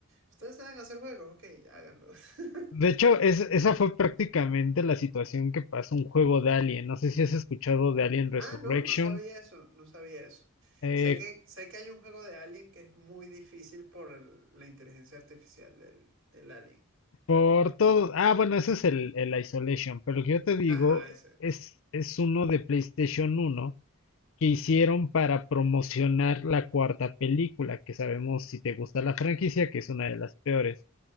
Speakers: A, on the right (about 55°); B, on the left (about 60°).
A: ustedes saben hacer juegos, ok, háganlo. <laughs>
B: De hecho, es, esa fue prácticamente la situación que pasó un juego de Alien. No sé si has escuchado de Alien Resurrection.
A: Ah, no, no sabía eso, no sabía eso.
B: eh,
A: Sé que, sé que hay un juego de Alien que es muy difícil por el- la inteligencia artificial del, del Alien.
B: por todo. Ah, bueno, ese es el, el Isolation. Pero lo que yo te digo
A: Ajá, ese.
B: es, es uno de PlayStation uno que hicieron para promocionar la cuarta película, que sabemos si te gusta la franquicia, que es una de las peores.